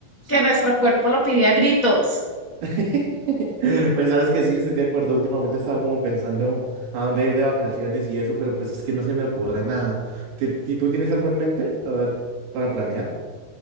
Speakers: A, on the left; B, on the right.
A: que nuestro cuerpo lo pide a gritos.
B: <laughs> Pues sabes que sí, estoy de acuerdo. Últimamente estaba como pensando a dónde ir de vacaciones y eso, pero pues es que no se me ocurre nada. ¿Ti- ti- ¿Tú tienes algo en mente? A ver, para planear.